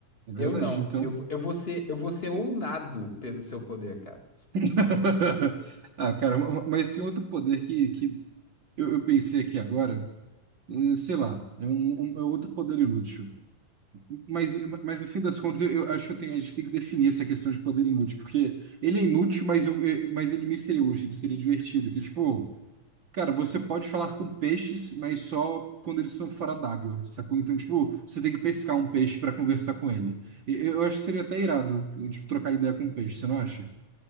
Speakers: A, on the right; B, on the left.
A: É verdade,
B: Eu não,
A: então.
B: eu, eu vou ser, eu vou ser ounado pelo seu poder, cara.
A: <laughs> Ah, cara, ma- mas esse outro poder que, que eu, eu pensei aqui agora, eh, sei lá, é um, um- é outro poder inútil. Mas, mas no fim das contas, eu, eu acho que eu tenho- a gente tem que definir essa questão de poder inútil, porque ele é inútil, mas, eu, eh, mas ele me seria útil, ele seria divertido. Que, tipo, cara, você pode falar com peixes, mas só quando eles estão fora d'água, sacou? Então, tipo, você tem que pescar um peixe para conversar com ele. E- Eu, acho que seria até irado, eh, tipo, trocar ideia com um peixe, você não acha?